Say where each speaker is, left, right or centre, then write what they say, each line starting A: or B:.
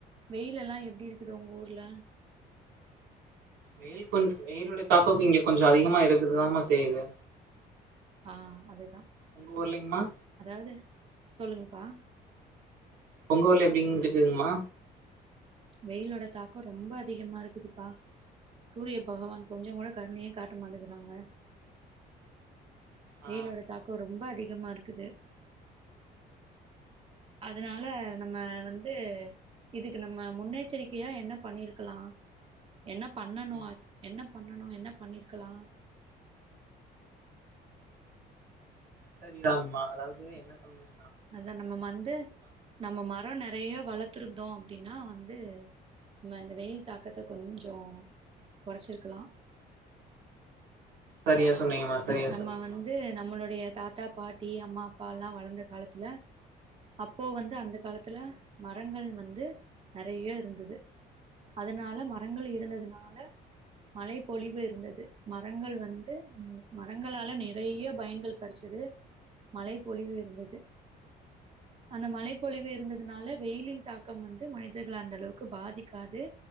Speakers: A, on the right; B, on the right.
A: வெயில எல்லா எப்டி இருக்குது உங்க ஊர்ல
B: வெயில் கொஞ் வெயிலுடைய தாக்கம் இங்க கொஞ்ச அதிகமா இருக்குதுதாமா செய்யுது
A: ஆ அதுதா
B: உங்க ஊர்லைங்கம்மா
A: அதாது சொல்லுங் பா
B: உங்க ஊர்ல எப்படிங் இருக்குதுங்மா
A: வெயிலோட தாக்க ரொம்ப அதிகமா இருக்குதுப்பா சூரிய பகவான் கொஞ்ச கூட கருணையே காட்ட மாட்டேங்கறாங்க
B: ஆ
A: வெயிலோட தாக்க ரொம்ப அதிகமா இருக்குது அதனால நம்ம வந்து இதுக்கு நம்ம முன்னெச்சரிக்கையா என்ன பண்ணிருக்கலா என்ன பண்ணணு
B: ம்
A: என்ன பண்ணணு என்ன பண்ணிருக்கலா
B: சரிதாங்மா அதாவது என்ன பண்ணணு
A: அதா நம்ம மந்து நம்ம மர நெறையா வளத் துருந்தோ அப்படினா வந்து நம்ம இந்த வெயில் தாக்கத்த கொஞ்சொ கொறச்சிருக்லா
B: சரியா சொன்னீங்கம்மா சரியா
A: நம்ம
B: சொன்னீங்கம்மா
A: வந்து நம்மளுடைய தாத்தா பாட்டி அம்மா அப்பா எல்லா வளந்த காலத்துல அப்போ வந்து அந்த காலத்துல மரங்கள் வந்து நறைய இருந்துது அதனால மரங்கள் இருந்ததுனால மழை பொழிவு இருந்தது மரங்கள் வந்து நம்முளுக் மரங்களால நிறைய பயன்கள் கெடைச்சுது மழை பொழிவு இருந்தது அந்த மழை பொழிவு இருந்ததுனால வெயிலின் தாக்கம் வந்து மனிதர்கள அந்த அளவுக்கு பாதிக்காது